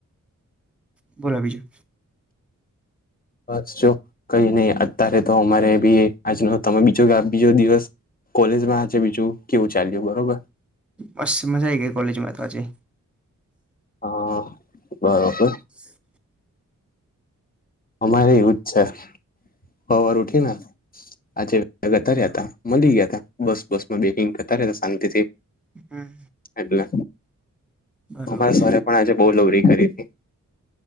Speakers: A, in the centre; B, on the left.
A: બોલો બીજું.
B: બસ જો કઈ નહી અત્યારે તો અમારે બી આજનો તમે બીજો આ બીજો દિવસ. કોલેજમાં છેે બીજું કેવું ચાલ્યું બરોબર.
A: બસ મજા આઈ ગઈ કોલેજમાં તો આજે.
B: હા બરોબર.
A: સ.
B: અમારે એવુંજ છે હવાર ઉઠીને. આજે જતા રહ્યા હતા મળી ગયા હતા બસ બસ માં બે ગતા રહ્યા હતા શાંતિથી.
A: હમ.
B: એટલે
A: બરોબર
B: અમારા સરે પણ આજે બો લવરી કરી તી.